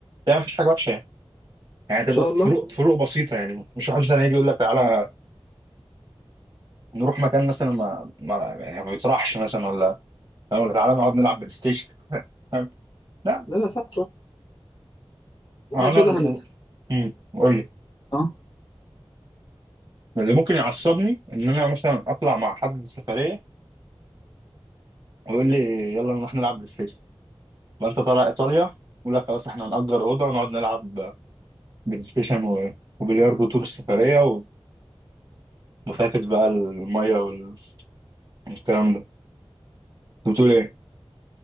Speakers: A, on the right (about 35°); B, on the left (about 55°).
A: ده ما فيش حاجه وحشه يعني يعني
B: ان
A: تبقى
B: شاء الله
A: فروق فروق بسيطه يعني مش واحد مثلا يجي يقول لك تعالى نروح مكان مثلا ما ما يعني ما بيطرحش مثلا ولا فاهم؟ ولا تعالى نقعد نلعب بلاي ستيشن <laughs> فاهم؟ لا
B: لا لا صح صح واحنا
A: انا
B: ان شاء
A: ال-
B: الله هن
A: امم قول لي
B: اه
A: اللي ممكن يعصبني ان انا مثلا اطلع مع حد سفريه ويقول لي يلا نروح نلعب بلاي ستيشن فانت طالع ايطاليا يقول لك خلاص احنا هنأجر اوضه ونقعد نلعب بلاي ستيشن و- وبلياردو طول السفريه و- وفاكس بقى الميه وال- والكلام ده كنت بتقول ايه؟